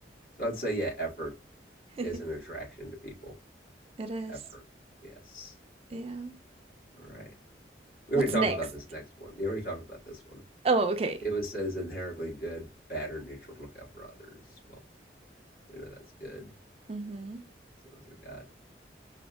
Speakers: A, on the left; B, on the right.
A: So I'd say, yeah, effort
B: <laughs>
A: is an attraction to people.
B: It is.
A: Effort. Yes.
B: Yeah.
A: All right. We
B: What's
A: already talked
B: next?
A: about this next one. We already talked about this one.
B: Oh, okay.
A: It was said as inherently good, bad, or neutral to look out for others. Well, we know that's good.
B: Mm-hmm.
A: Let's see what else I got.